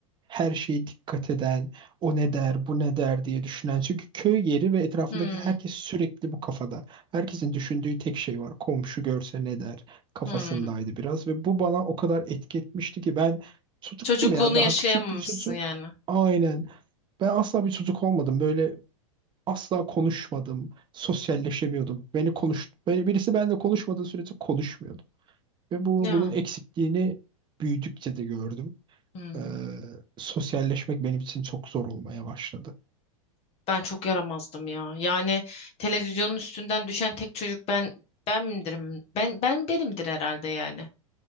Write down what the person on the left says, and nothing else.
Hmm.
Hmm.
Çocukluğunu
yaşayamamışsın
yani.
Ya.
Hmm.
Ben çok yaramazdım ya. Yani televizyonun üstünden düşen tek çocuk ben ben miydirim? Ben ben benimdir herhalde yani.